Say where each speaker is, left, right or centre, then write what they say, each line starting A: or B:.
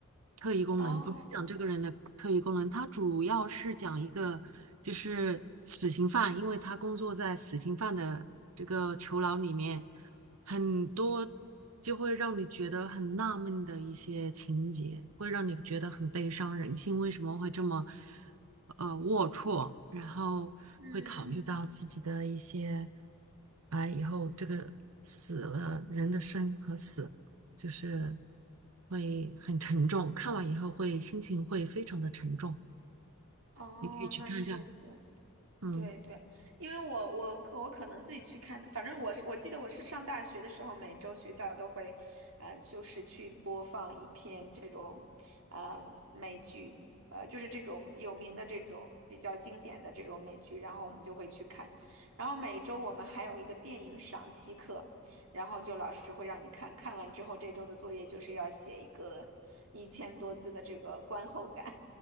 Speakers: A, on the right; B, on the right.
A: 特异功能，
B: 哦，
A: 不是讲这个人的特异功能，他主要是讲一个就是死刑犯，因为他工作在死刑犯的这个囚牢里面，很多就会让你觉得很纳闷的一些情节，会让你觉得很悲伤，人性为什么会这么？呃龌龊，然后会考虑到自己的一些，
B: 嗯，
A: 啊，以后这个死了人的生和死，就是会很沉重，看完以后会心情会非常的沉重。
B: 哦，
A: 你可以去看一下，
B: 那确实。
A: 嗯，
B: 对对，因为我我我可能自己去看，反正我是我记得我是上大学的时候，每周学校都会，呃，就是去播放一篇这种，呃，美剧，呃，就是这种有名的这种比较经典的这种美剧，然后我们就会去看，然后每周我们还有一个电影赏析课，然后就老师会让你看，看完之后这周的作业就是要写一个一千多字的这个观后感，